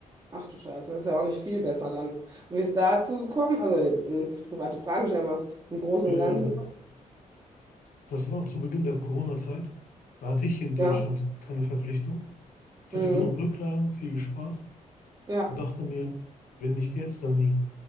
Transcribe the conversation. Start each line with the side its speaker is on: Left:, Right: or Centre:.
Right: Ach du Scheiße, das ist ja auch nicht viel besser dann. Und wie ist dazu gekommen? Also nicht zu private Fragen stellen, aber zum Großen
Left: Ähm,
Right: und Ganzen.
Left: das war zu Beginn der Corona-Zeit. Da hatte ich hier in Deutschland
Right: Ja.
Left: keine Verpflichtung. Ich
Right: Mhm.
Left: hatte genug Rücklagen, viel gespart
Right: Ja.
Left: und dachte mir, wenn nicht jetzt, dann nie.